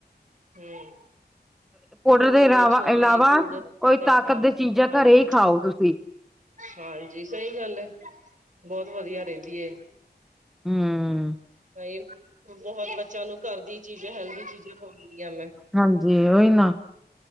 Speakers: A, on the right (about 45°); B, in the centre.
A: ਹਂ।
B: ਪਾਊਡਰ
A: ਭੁੰਨੇ
B: ਦੇ
A: ਹੋਏ
B: ਇਲਾਵਾ
A: ਛੋਲੇ
B: ਇਲਾਵਾ
A: ਗੁੜ ਏਦਾਂ
B: ਕੋਈ ਤਾਕਤ
A: ਖਾਓ।
B: ਦੇ ਚੀਜ਼ਾਂ
A: ਹਾਂਜੀ।
B: ਘਰੇ ਹੀ ਖਾਓ ਤੁਸੀਂ
A: ਹਾਂਜੀ ਸਈ ਗੱਲ ਐ, ਬੋਤ ਵਧੀਆ ਰੇਂਦੀ ਏ।
B: ਹਂ।
A: ਨਈਂ, ਬੋਹਤ ਬੱਚਿਆਂ ਨੂੰ ਘਰ ਦੀ ਚੀਜ਼ ਹੈਲਦੀ ਚੀਜ਼ ਖਵਾਂਦੀ ਆਂ ਮੈਂ।
B: ਹਾਂਜੀ ਓਈ ਨਾਂ